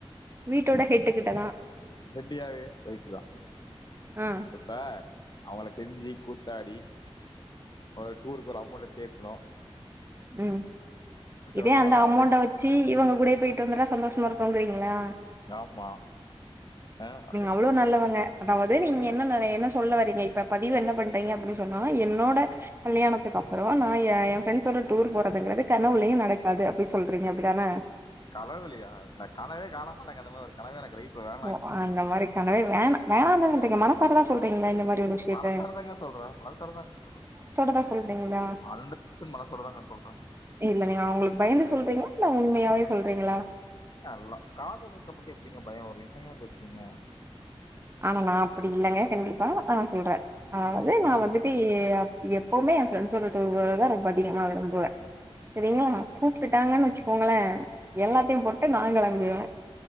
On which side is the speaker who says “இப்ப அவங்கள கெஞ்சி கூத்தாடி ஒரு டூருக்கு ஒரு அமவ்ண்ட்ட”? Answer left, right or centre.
Left